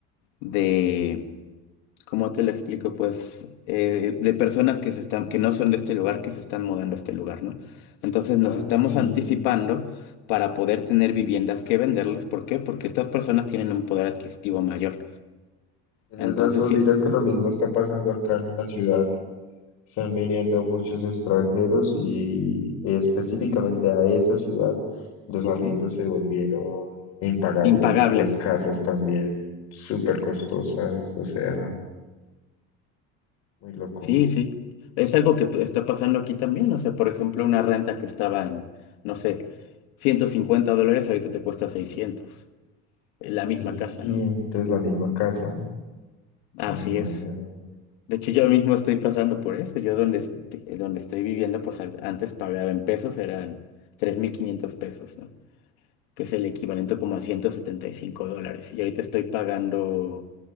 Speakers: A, on the left; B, on the left.
A: de, ¿cómo te lo explico? Pues eh, de personas que se están, que no son de este lugar, que se están mudando a este lugar, ¿no? Entonces nos
B: Ah,
A: estamos
B: sí.
A: anticipando para poder tener viviendas que venderles. ¿Por qué? Porque estas personas tienen un poder adquisitivo mayor.
B: Tienes
A: Entonces,
B: razón,
A: sí,
B: mira que lo mismo está pasando acá en una ciudad. Están viniendo muchos extranjeros y específicamente a esa ciudad los
A: ujú,
B: arriendos se volvieron impagables,
A: impagables.
B: las casas también súper costosas, o sea, muy loco.
A: Sí, sí. Es algo que pues, está pasando aquí también. O sea, por ejemplo, una renta que estaba en, no sé, 150 dólares, ahorita te cuesta seiscientos La
B: 600
A: misma casa, ¿no?
B: la misma casa.
A: Así
B: Oh my
A: es.
B: God.
A: De hecho, yo mismo estoy pasando por eso. Yo donde, es- eh, donde estoy viviendo, pues al- antes pagaba en pesos, eran 3.500 pesos, ¿no? Que es el equivalente como a 175 dólares. Y ahorita estoy pagando